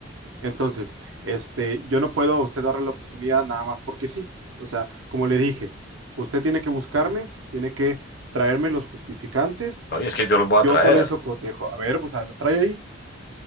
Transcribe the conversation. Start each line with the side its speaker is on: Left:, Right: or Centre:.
Right: Entonces, este, yo no puedo a usted darle la oportunidad nada más porque sí. O sea, como le dije, usted tiene que buscarme, tiene que traerme los justificantes,
Left: No, y es que yo los voy
Right: yo
Left: a traer.
Right: con eso cotejo. A ver, pues a ver, los trae ahí,